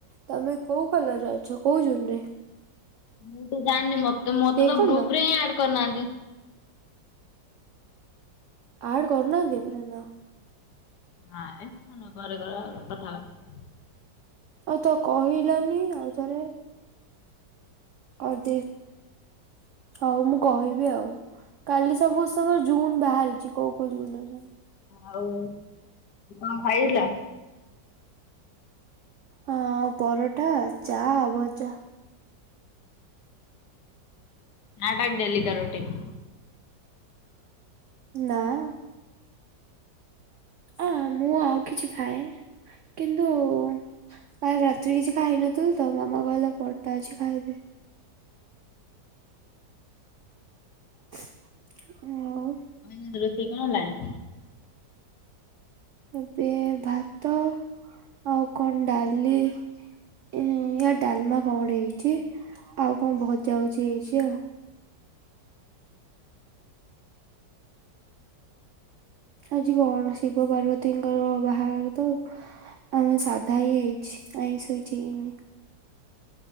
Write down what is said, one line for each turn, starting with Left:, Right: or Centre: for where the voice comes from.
Right: ତମେ କୋଉ କଲରରେ ଅଛ କୋଉ ଜୁନରେ?
Left: ମୁଁ ତ ଜାଣିନି ମତେ ମୋତେ ତ
Right: କରିନ?
Left: ଗ୍ରୁପ ରେ ହିଁ ଆଡ୍ କରିନାହାନ୍ତି?
Right: ଆଡ କରୁନାହାନ୍ତି ଏପର୍ଯ୍ୟନ୍ତ?
Left: ହଁ ଏ କଥା ନ ଘରେ ଘରେ କଥାହବା।
Right: ଆଉ ତ କହିଲନି ଆଉ ଥରେ। <unintelligible> ହଉ ମୁଁ କହିବି ଆଉ, କାଲି ସବୁ <unintelligible> ଜୁନ୍ ବାହାରିଚି କୋଉ-କୋଉ <unintelligible>
Left: ଆଉ କଣ ଖାଇଲ?
Right: ହଁ ପରଟା, ଚା, ଭଜା।
Left: ଚା ଟା ଡେଲିକା ରୁଟିନ୍।
Right: ନାଁ। ଅଁ ମୁଁ ଆଉ କିଛି ଖାଏ କିନ୍ତୁ କାଲି ରାତିରେ କିଛି ଖାଇନଥିଲି ତ, ମାମା କହିଲା ପରଟା ଅଛି ଖାଇଦେ। <unintelligible>
Left: <unintelligible> ରୋଷେଇ କଣ ହେଲାଣି?
Right: ଏବେ ଭାତ ଆଉ କଣ ଡାଲି ଉଁ ୟା ଡାଲମା କଣ ଗୋଟେ ହେଇଚି, ଆଉ କଣ ଭଜା ଭଜି ହେଇଚି ଆଉ। ଆଜି କଣ ଶିବ ପାର୍ବତୀଙ୍କର ବାହାଘର ତ। ଆମର ସାଧା ହିଁ ହେଇଛି, ଆଇଁଷ କିଛି ହେଇନି।